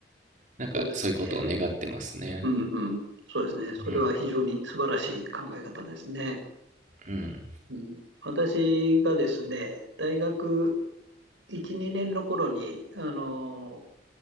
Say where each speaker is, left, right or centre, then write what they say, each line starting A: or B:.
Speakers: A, on the right (about 40°); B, on the right (about 80°).
A: なんかそういうことを願ってますね。
B: そうですね。うんうん。そうですね。それは非常に素晴らしい考え方ですね。
A: うん、うん。
B: うん、私がですね、大学1、2年の頃に、あの、